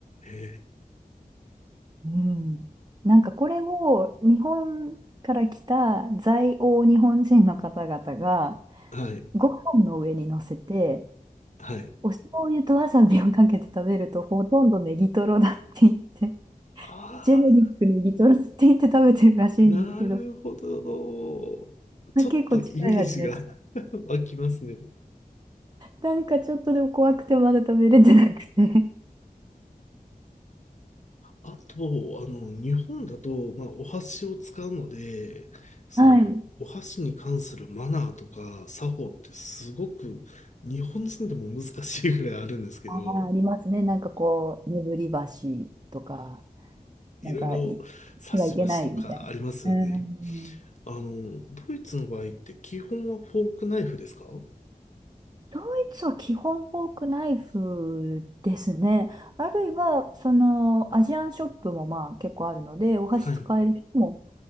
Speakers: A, on the left; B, on the right.
A: へ
B: うん。なんかこれを日本から来た在欧日本人の方々が
A: え。はい。
B: ご飯の上に乗せて、
A: はい。
B: お醤油とわさびをかけて食べるとほとんどネギトロだって言って、
A: ああ。
B: ジェネリックネギトロって言って食べてるらしいんですけど、
A: なるほど。
B: まあ結構近い味だし
A: ちょっとイメージが <laughs> 湧きますね。
B: なんかちょっとでも怖くてまだ食べれてなくて。
A: あと、あの、日本だと、まあ、お箸を使うので、その、
B: はい。
A: お箸に関するマナーとか作法ってすごく日本人でも難しいぐらいあるんですけど、
B: あー、ありますね。なんかこう、眠り橋とか、
A: いろいろ差し箸とかありますよね。
B: なんかい、してはいけないみたいな。うん。
A: あの、ドイツの場合って基本はフォークナイフですか
B: ドイツは基本フォークナイフですね。あるいは、その、アジアンショップもまあ結構あるので、お箸使える人も
A: はい。